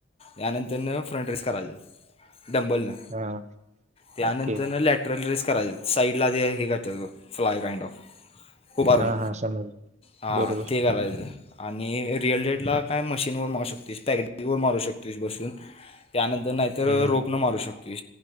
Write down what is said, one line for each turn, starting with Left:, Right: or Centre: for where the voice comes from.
Left: यानंतरन फ्रंट रेस् करायज डंबलनं
Right: हा
Left: त्यानंतरन
Right: ओके
Left: लॅटरल रेस् करायच साईडला जे हे करचं फ्लाय काइंड ऑफ उभारून
Right: हा हा समजलं
Left: हा
Right: बरोबर
Left: ते करायचं आणि रिअल डेटला, काय मशीनवर मारू शकतेस पॅकेटवर मारू शकतोस बसून त्यानंतर नाहीतर
Right: हम्म
Left: रोपनं मारू शकतो.